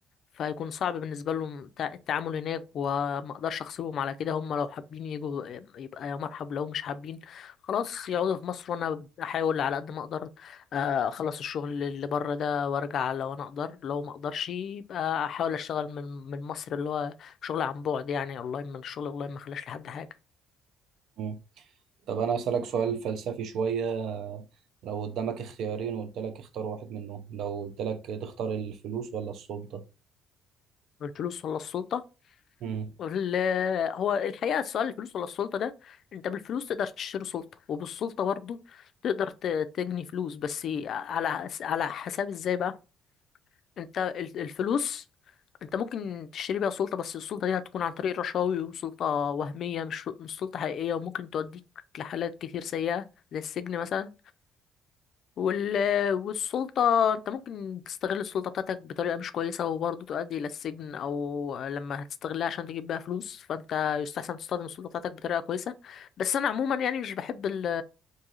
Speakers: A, on the left; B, on the right.
A: فهيكون صعب بالنسبة لهم تع- التعامل هناك وما اقدرش اغصبهم على كده هم لو حابين يجوا آه، يبقى يا مرحب لو مش حابين خلاص يقعدوا في مصر وانا احاول على قد ما اقدر آه، اخلص الشغل اللي بره ده وارجع لو انا اقدر لو ما اقدرش يبقى احاول اشتغل من من مصر اللي هو شغل عن بعد يعني اونلاين من الشغل اونلاين ما خلاش لحد حاجة
B: مم. طب أنا أسألك سؤال فلسفي شوية لو قدامك اختيارين وقلت لك اختار واحد منهم لو قلت لك تختار الفلوس ولا السلطة
A: الفلوس ولا السلطة
B: مم.
A: ال- هو الحقيقة السؤال الفلوس ولا السلطة ده انت بالفلوس تقدر تشتري سلطة وبالسلطة برضه تقدر ت- تجني فلوس بس على على حساب ازاي بقى انت ال- الفلوس انت ممكن تشتري بيها سلطة بس السلطة دي هتكون عن طريق رشاوي وسلطة وهمية مش مش سلطة حقيقية وممكن توديك لحالات كتير سيئة زي السجن مثلا وال... والسلطة انت ممكن تستغل السلطة بتاعتك بطريقة مش كويسة وبرضه تؤدي إلى السجن أو لما هتستغلها عشان تجيب بيها فلوس فانت يستحسن تستخدم السلطة بتاعتك بطريقة كويسة بس أنا عموما يعني مش بحب ال...